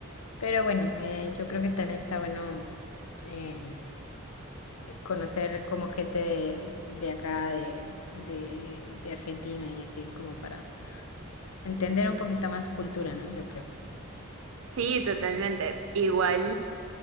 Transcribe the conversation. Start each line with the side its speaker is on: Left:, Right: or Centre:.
Left: Pero bueno, eh, yo creo que también está bueno em, conocer como gente de, de acá, de, de, de Argentina y así, como para entender un poquito más su cultura, ¿no? Yo creo.
Right: Sí, totalmente. Igual,